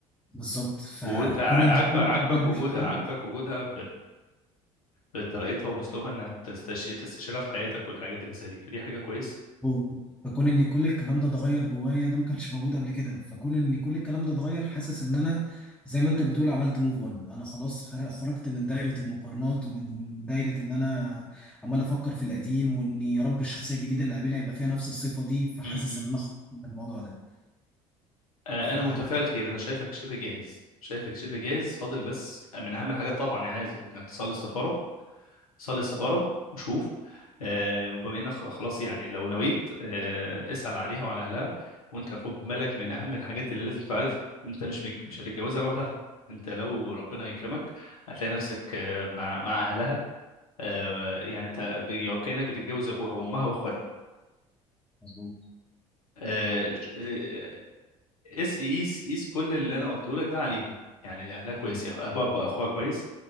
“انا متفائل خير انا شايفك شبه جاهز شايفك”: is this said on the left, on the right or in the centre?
Left